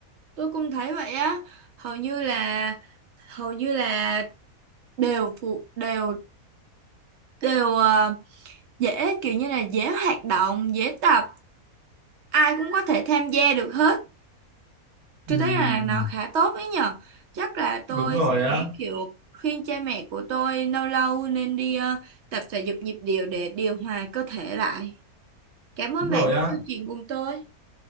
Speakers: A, on the right; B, on the right.
A: tôi cũng thấy vậy á hầu như là hầu như là đều phụ đều đều ờ, dễ kiểu như là dễ hoạt động dễ tập ai cũng có thể tham gia được hết tôi
B: Ừm,
A: thấy là nó khá tốt đấy nhở chắc là tôi
B: đúng rồi
A: sẽ
B: á
A: kiểu khuyên cha mẹ của tôi lâu lâu nên đi ờ, tập thể dục nhịp điệu để điều hòa cơ thể lại cảm ơn
B: đúng
A: bạn
B: rồi
A: đã
B: á
A: chương trình cùng tôi